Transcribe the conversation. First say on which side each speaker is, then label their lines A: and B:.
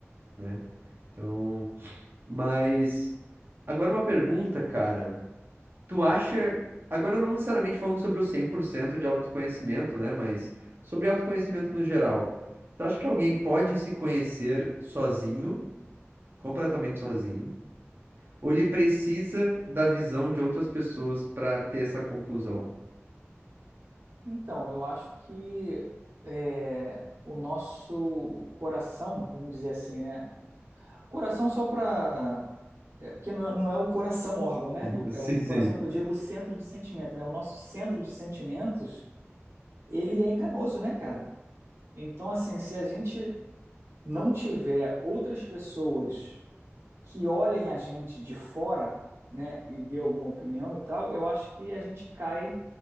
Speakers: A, on the right; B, on the right.
A: né? Então, mas agora uma pergunta, cara. Tu acha, agora não necessariamente falando sobre o 100% de autoconhecimento, né, mas sobre autoconhecimento no geral. Tu acha que alguém pode se conhecer sozinho, completamente sozinho, ou ele precisa da visão de outras pessoas pra ter essa conclusão?
B: Então, eu acho que é, o nosso coração, vamos dizer assim, né? Coração só para. É, porque não é, não é o coração órgão, né?
A: <laughs>
B: É
A: Sim,
B: o
A: sim.
B: coração que eu digo o centro de sentimento, né? O nosso centro de sentimentos, ele é enganoso, né, cara? Então, assim, se a gente não tiver outras pessoas que olhem a gente de fora, né, e dê alguma opinião e tal, eu acho que a gente cai